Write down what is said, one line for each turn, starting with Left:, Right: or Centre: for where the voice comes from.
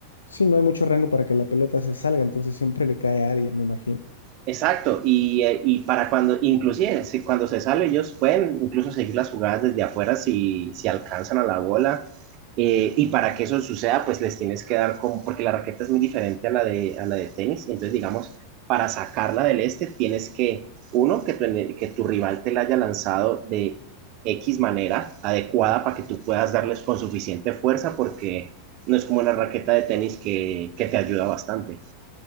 Left: Sí, no hay mucho rango para que la pelota se salga, entonces siempre le cae a alguien, me imagino.
Right: Exacto, y, eh, y para cuando, inclusive si cuando se sale, ellos pueden incluso seguir las jugadas desde afuera si, si alcanzan a la bola. eh, y para que eso suceda, pues les tienes que dar como, porque la raqueta es muy diferente a la de, a la de tenis. Entonces, digamos, para sacarla del este, tienes que, uno, que tu, que tu rival te la haya lanzado de X manera adecuada para que tú puedas darles con suficiente fuerza, porque no es como la raqueta de tenis que, que te ayuda bastante.